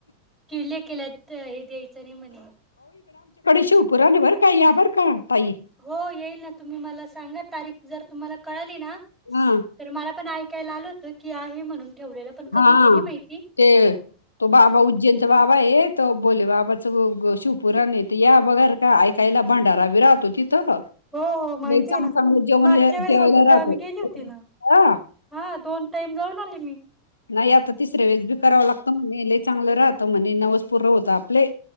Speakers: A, in the centre; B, on the left.
A: किवले केला हे द्यायचं नाही म्हणे
B: रार का यार का ताई
A: हो येईल ना तुम्ही मला सांगा तारीख जर तुम्हाला कळाली ना
B: हा
A: तर मला पण ऐकायला आल होत की आहे म्हणून ठेवलेलं पण कधीेते
B: हा
A: नाही माहिती
B: ते तो बाबा उज्जैनचा बाबा हे तो बोले बाबाच शिवपुराने या बगर का ऐकायला भंडाराभी राहतो तिथं
A: हो हो माहिती
B: नाही चांगलं
A: आहे ना
B: चांगलं जेवण
A: मागच्या वेळेस
B: ठेवायला
A: होतो तेव्हा
B: राहतो
A: मी गेली होती ना
B: ह
A: हा दोन टाइम जाऊन आली मी
B: नाही आता तिसऱ्या वेळेस बी करावा लागतो म्हणे ल चांगलं राहत म्हणे नवसपूर होत आपले